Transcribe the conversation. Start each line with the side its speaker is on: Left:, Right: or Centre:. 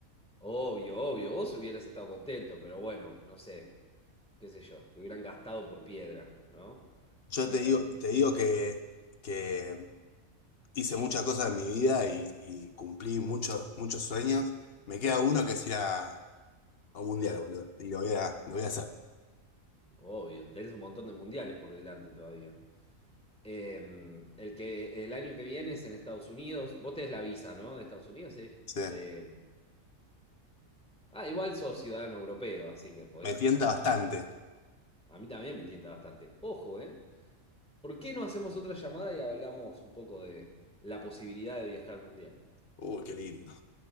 Centre: Obvio, obvio, vos hubieras estado contento, pero bueno, no sé, qué sé yo, te hubieran gastado por piedra, ¿no?
Left: Yo
Centre: Eh,
Left: te digo, te digo que, que hice muchas cosas en mi vida y, y cumplí muchos, muchos sueños. Me queda uno que es ir a, a un mundial, boludo, y lo voy a, lo voy a hacer.
Centre: obvio, tenés un montón de mundiales por delante todavía. Eh, el que el año que viene es en Estados Unidos, vos tenés la visa, ¿no? De Estados Unidos, sí.
Left: Sí.
Centre: De... Ah, igual sos ciudadano europeo, así que podés...
Left: Me tienta
Centre: aper-
Left: bastante.
Centre: A mí también me tienta bastante. Ojo, ¿eh? ¿Por qué no hacemos otra llamada y hablamos un poco de la posibilidad de viajar al mundial?
Left: Uy, qué lindo.